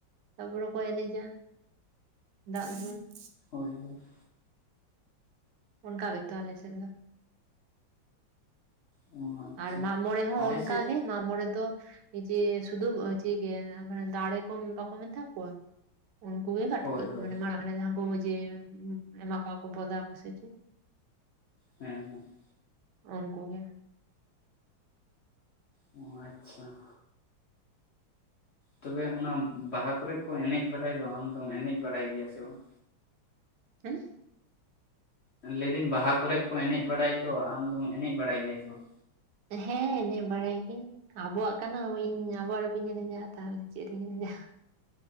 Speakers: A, on the right (about 70°); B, on the left (about 65°).
A: ᱛᱟᱯᱚᱨᱮ ᱠᱚ ᱮᱱᱮᱡ ᱟ ᱫᱟᱜ ᱫᱩᱞ ᱾
B: ᱦᱳᱭ ᱦᱳᱭ ᱾
A: ᱚᱱᱠᱟ ᱜᱮᱛᱚ ᱟᱞᱮ ᱥᱮ ᱫᱚ ᱾
B: ᱚ ᱟᱪᱪᱷᱟ
A: ᱟᱨ ᱢᱟᱜ ᱢᱚᱬᱮ ᱦᱚᱸ
B: ᱟᱞᱮ
A: ᱚᱱᱠᱟ
B: ᱥᱮᱫ
A: ᱜᱮ ᱢᱟᱜ ᱢᱚᱬᱮ ᱫᱚ ᱡᱮ ᱥᱩᱫᱷᱩ ᱡᱮ ᱢᱟᱱᱮ ᱫᱟᱲᱮ ᱠᱚ ᱵᱟᱠᱚ ᱢᱮᱛᱟ ᱠᱚᱣᱟ? ᱩᱱᱠᱩ ᱜᱮ ᱠᱟᱹᱴᱤᱡ
B: ᱦᱳᱭ ᱦᱳᱭ
A: ᱢᱟᱱᱮ ᱢᱟᱲᱟᱝ ᱨᱮ ᱡᱟᱦᱟᱸᱠᱩ ᱡᱮ ᱮᱢᱟ ᱠᱚᱣᱟ ᱠᱚ ᱵᱚᱫᱟ ᱠᱚ ᱥᱮ ᱪᱮᱫ ᱾
B: ᱦᱮᱸ ᱦᱮᱸ ᱾
A: ᱩᱱᱠᱩ ᱜᱮ ᱾
B: ᱚ ᱟᱪᱪᱷᱟ ᱾ ᱛᱚᱵᱮ ᱚᱱᱟ ᱵᱟᱦᱟ ᱠᱚᱨᱮᱜ ᱠᱚ ᱮᱱᱮᱡ ᱵᱟᱲᱟᱭ ᱫᱚ ᱟᱢ ᱫᱚᱢ ᱮᱱᱮᱡ ᱵᱟᱲᱟᱭ ᱜᱮᱭᱟ ᱥᱮ ᱵᱟᱝ?
A: ᱦᱩᱸᱦ?
B: ᱞᱟᱹᱭᱫᱟᱹᱧ ᱵᱟᱦᱟ ᱠᱚᱨᱮ ᱠᱚ ᱮᱱᱮᱡ ᱵᱟᱲᱟᱭ ᱫᱚ, ᱟᱢᱫᱚᱢ ᱮᱱᱮᱡ ᱵᱟᱲᱟᱭ ᱜᱮᱭᱟ ᱥᱮ ᱵᱟᱝ?
A: ᱦᱮᱸ ᱮᱱᱮᱡ ᱵᱟᱲᱟᱭ ᱜᱮ ᱾ ᱟᱵᱚᱣᱟᱜ ᱠᱟᱱᱟ ᱤᱧ ᱟᱵᱚᱣᱟᱜ ᱵᱟᱹᱧ ᱮᱱᱮᱡᱟ ᱛᱟᱦᱚᱞᱮ ᱪᱮᱫ ᱨᱤᱧ ᱮᱱᱮᱡᱟ?